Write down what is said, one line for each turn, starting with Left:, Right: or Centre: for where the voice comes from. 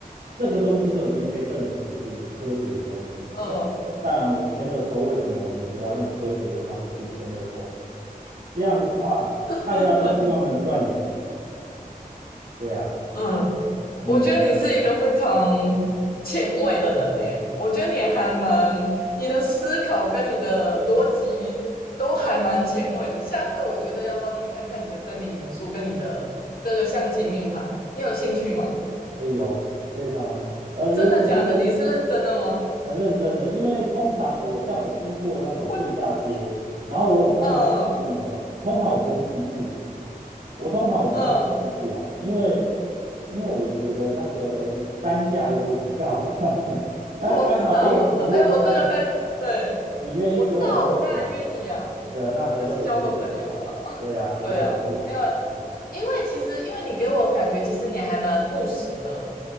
Right: 这个东西都已经被证实是科学的东西，
Left: 嗯
Right: 那当然我签了头。为什么我们不要用科学的方式去签了头？这样的话，大家都希望能赚钱，
Left: <laughs>
Right: 对啊，
Left: 嗯，
Right: 嗯，
Left: 我觉得你是一个非常前卫的人诶，我觉得你还蛮，你的思考跟你的逻辑都还蛮前卫的。下次我觉得要帮你看看你的声明民宿跟你的这个象棋命盘，你有兴趣吗？
Right: 呃，有非常呃，尤其是
Left: 真的假的？你是认真的吗？
Right: 呃认真的，因为通常我像我经过那种地下街，
Left: 我，
Right: 然后我有看到供应的，
Left: 嗯
Right: 通常我不会进去，我通常我不大会出去啦，
Left: 嗯，
Right: 因为因为我觉得那个单价有点高。<laughs> 那刚好，
Left: 我知道，
Right: 哎，
Left: 我知道。
Right: 你愿意，
Left: 哎，我这个单，对，
Right: 你愿意跟我分享
Left: 我知道，我当然愿意呀、
Right: 的，那何乐而不为？
Left: 就是交个朋友啊，
Right: 对啊，何乐而不为？
Left: 对呀、没有，
Right: 嗯
Left: 因为其实，因为你给我感觉，其实你还蛮务实的，